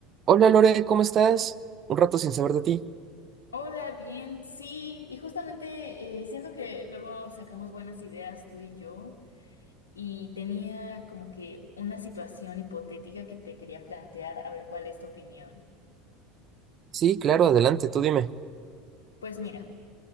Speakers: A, on the right; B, on the left.
A: Hola Lore, ¿cómo estás? Un rato sin saber de ti.
B: Hola, bien, sí, y justamente eh, siento que luego sacamos buenas ideas tú y yo, y tenía como que una situación hipotética que te quería plantear, a ver cuál es tu opinión.
A: Sí, claro, adelante, tú dime.
B: Pues mira,